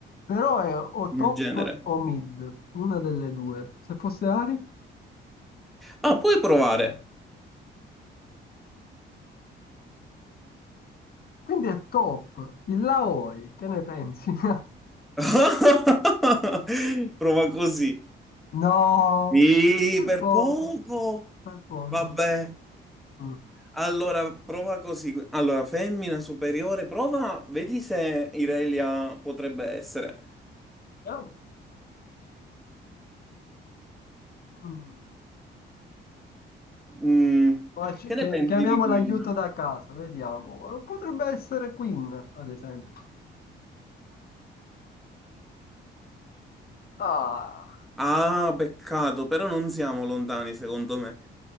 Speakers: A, on the left (about 50°); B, in the centre.
A: Però è o
B: nel
A: top
B: genere.
A: o mid, una delle due. Se fosse Ari,
B: Ah, puoi provare.
A: quindi è top. Il Laoi, che ne pensi? <laughs>
B: <laughs> Prova così.
A: No,
B: Mi
A: per
B: per
A: poco,
B: poco.
A: per poco.
B: Vabbè.
A: Mm.
B: Allora, prova così. Allora, femmina superiore, prova, vedi se Irelia potrebbe essere.
A: Vediamo. Mm.
B: Mm,
A: Facci-
B: Che ne
A: che-
B: pensi
A: Chiamiamo
B: di Queen?
A: l'aiuto da casa, vediamo. Potrebbe essere Queen, ad esempio. Ah.
B: Ah, peccato, però non siamo lontani, secondo me.